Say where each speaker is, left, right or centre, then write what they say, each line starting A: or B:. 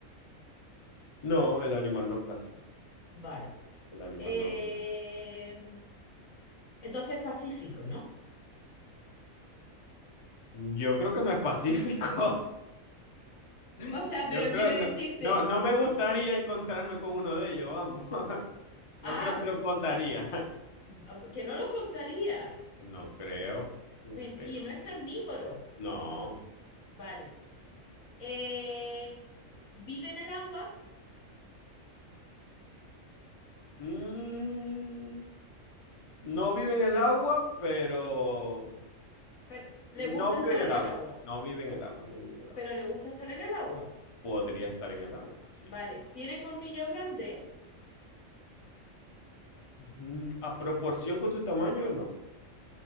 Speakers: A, on the left; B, on the left.
A: No, el animal no caza,
B: Vale.
A: el animal
B: Eh,
A: no. no.
B: entonces pacífico, ¿no?
A: Yo creo que no es pacífico. <laughs>
B: O sea,
A: Yo
B: pero
A: creo,
B: quiero decirte,
A: no, no, no me gustaría encontrarme con uno de ellos, vamos. <laughs> No
B: ah,
A: creo que lo contaría.
B: ah, que no lo contarías.
A: No creo, no
B: Ve-
A: creo.
B: Y no es carnívoro.
A: No.
B: Vale. Eh, ¿vive en el agua?
A: Mm, no vive en el agua, pero
B: Pero, le
A: no
B: gusta
A: vive
B: estar
A: en
B: en
A: el
B: el
A: agua.
B: agua,
A: No vive en el agua, no vive en el agua.
B: pero le gusta estar en el agua.
A: Podría estar en el agua, sí.
B: Vale, ¿tiene colmillos grandes?
A: Ujú. ¿A proporción con su tamaño no?